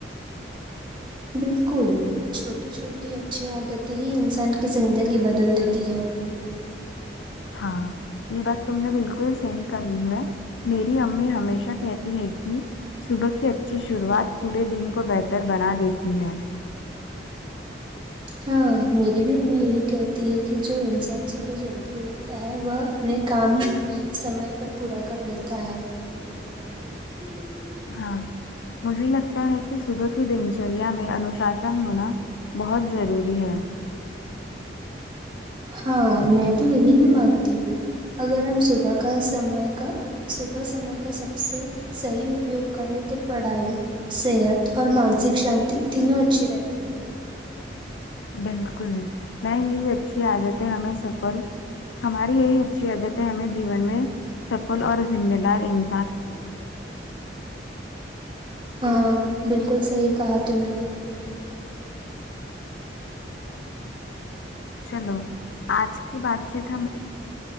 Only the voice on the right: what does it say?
بالکل چھوٹی چھوٹی اچھی عادتیں ہی انسان کی زندگی بدل دیتی ہیں
ہاں میری بھی امی یہی کہتی ہے کہ جو انسان صبح جلدی اٹھ یہ ہے وہ اپنے کام سمے پر پورا کر لیتا ہے <inaudible> <inaudible>
ہاں میں تو یہی ہی مانتی ہوں اگر ہم صبح کا سمے کا صبح سمے کا سب سے صحیح اپیوگ کریں تو پڑھائی صحت اور مانسک شانتی تینوں اچھی رہتی ہے
<inaudible> ہاں بالکل صحیح کہا تم نے